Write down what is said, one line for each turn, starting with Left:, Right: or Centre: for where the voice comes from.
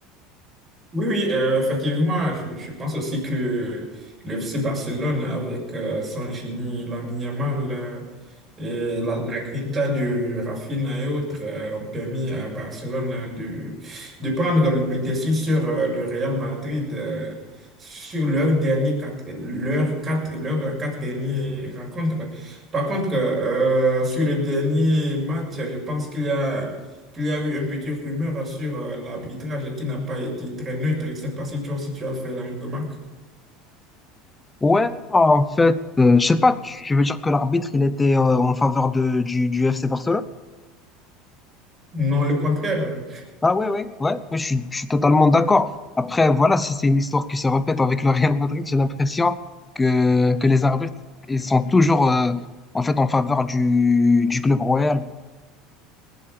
Right: Oui, oui, euh, effectivement, je, je pense aussi que le FC Barcelone, avec euh, son génie Lamine Yamal, euh, Et la, la grinta de Rafinha et autres euh, ont permis à Barcelone de, de prendre le dessus sur euh, le Real Madrid euh, sur leurs derniers quatre, leurs quatre, leurs quatre dernières rencontres. Par contre, euh, sur le dernier match, je pense qu'il y a, qu'il y a eu un petit rumeur sur euh, l'arbitrage qui n'a pas été très neutre. Je ne sais pas si toi, si tu as fait la même remarque.
Left: Ouais, en fait, euh, je sais pas, tu tu veux dire que l'arbitre, il était euh, en faveur de, du, du FC Barcelone?
Right: Non, le contraire.
Left: Ah ouais, ouais, ouais, ouais, je suis, je suis totalement d'accord. Après, voilà, si c'est une histoire qui se répète avec le Real Madrid, j'ai l'impression que, que les arbitres, ils sont toujours euh, en fait en faveur du, du club royal.